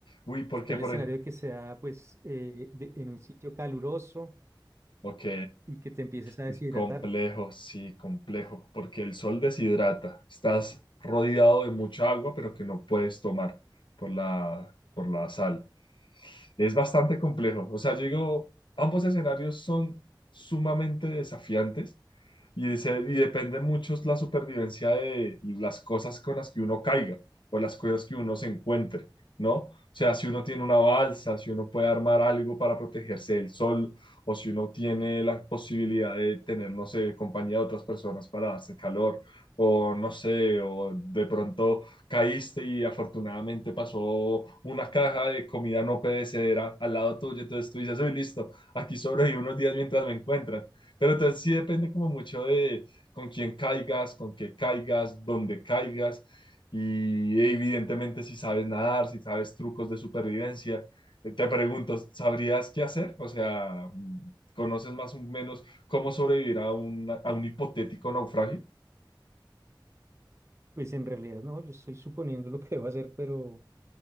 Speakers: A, on the left; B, on the right.
A: Uy, ¿por
B: Está
A: qué
B: el
A: por
B: escenario
A: ahí?
B: de que sea pues eh, de- en un sitio caluroso
A: Ok.
B: y que te empieces a deshidratar.
A: Uy, Complejo, sí, complejo, porque el sol deshidrata. Estás rodeado de mucha agua, pero que no puedes tomar por la, por la sal. Es bastante complejo. O sea, yo digo, ambos escenarios son sumamente desafiantes y, de ser- y depende mucho la supervivencia de las cosas con las que uno caiga o las cosas que uno se encuentre, ¿no? O sea, si uno tiene una balsa, si uno puede armar algo para protegerse del sol, o si uno tiene la posibilidad de tener, no sé, compañía de otras personas para darse calor, o no sé, o de pronto caíste y afortunadamente pasó una caja de comida no perecedera al lado tuyo, entonces tú dices, uy, listo, aquí sobrevivo unos días mientras me encuentran. Pero entonces sí depende como mucho de con quién caigas, con qué caigas, dónde caigas. Y evidentemente si sabes nadar, si sabes trucos de supervivencia, te pregunto, ¿sabrías qué hacer? O sea, ¿conoces más o menos cómo sobrevivir a un, a un hipotético naufragio?
B: Pues en realidad no, yo estoy suponiendo lo que debo hacer, pero